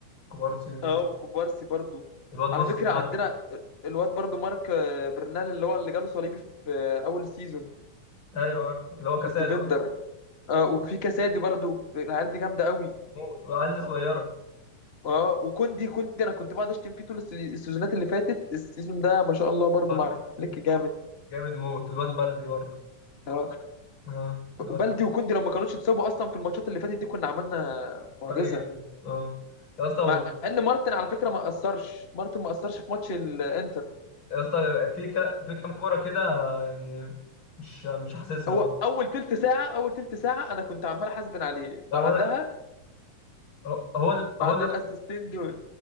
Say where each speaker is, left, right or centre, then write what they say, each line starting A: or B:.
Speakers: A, on the left; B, on the left.
A: كوبارسي ال-
B: اه وكوبارسي برضو
A: الواد نص
B: على فكرة
A: الملعب
B: عندنا الواد برضو مارك آه، برنال اللي هو اللي جاله صليبي في آه، أول سيزون
A: ايوه عارف اللي هو كاساد
B: الديفندر
A: اصلا
B: اه وفي كاسادي برضو العيال دي جامدة قوي
A: موت والعيال دي صغيرة
B: اه وكوندي كوندي أنا كنت بقعد أشتم فيه طول السي- السيزونات اللي فاتت السيزون ده ما شاء الله برضو
A: بس
B: مع فليك جامد
A: جامد موت الواد بلدي برضه
B: اه
A: اه الواد
B: بلدي وكوندي لو ما كانوش اتصابوا أصلا في الماتشات اللي فاتت دي كنا عملنا معجزة
A: فرق جامد اه يا اسطى
B: مع إن مارتن على فكرة ما أثرش مارتن ما أثرش في ماتش الإنتر
A: يا اسطى في ك... في كام كوره كده يعني مش مش حاسسها
B: هو
A: بقى
B: اول تلت ساعه اول تلت ساعه انا كنت عمال احاسبن عليه بعدها
A: هو انا هو هو ال- هو
B: بعد
A: اللي
B: الاسيستين دول